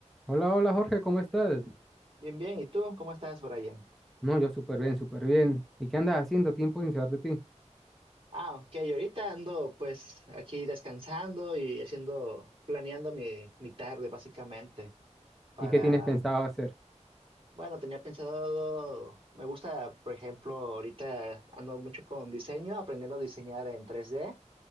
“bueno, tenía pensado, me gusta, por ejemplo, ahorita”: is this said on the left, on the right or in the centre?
Right